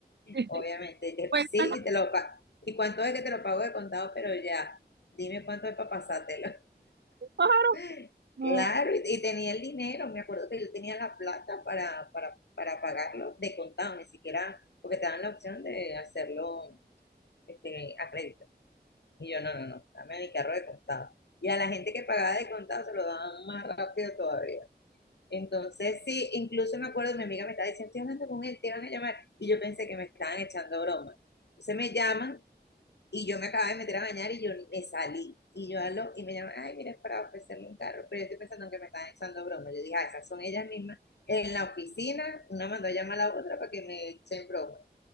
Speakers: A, on the right; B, on the left.
A: <laughs>
B: obviamente. Y te-
A: Pues,
B: sí,
A: tal-
B: y te lo pa- ¿Y cuánto es que te lo pago de contado? Pero ya, dime cuánto es para pasártelo.
A: pájaro.
B: <laughs>
A: No.
B: Claro, y, y tenía el dinero, me acuerdo que yo tenía la plata para, para, para pagarlo de contado, ni siquiera, porque te dan la opción de hacerlo este, a crédito. Y yo, no, no, no, dame mi carro de contado. Y a la gente que pagaba de contado se lo daban más rápido todavía. Entonces, sí, incluso me acuerdo, mi amiga me estaba diciendo, estoy hablando con él, te van a llamar. Y yo pensé que me estaban echando broma. Entonces me llaman Y yo me acababa de meter a bañar y yo me salí. Y yo hablo y me llaman, ay, mira, es para ofrecerle un carro. Pero yo estoy pensando que me están echando broma. Yo dije, ah, esas son ellas mismas. En la oficina, una mandó a llamar a la otra para que me echen broma.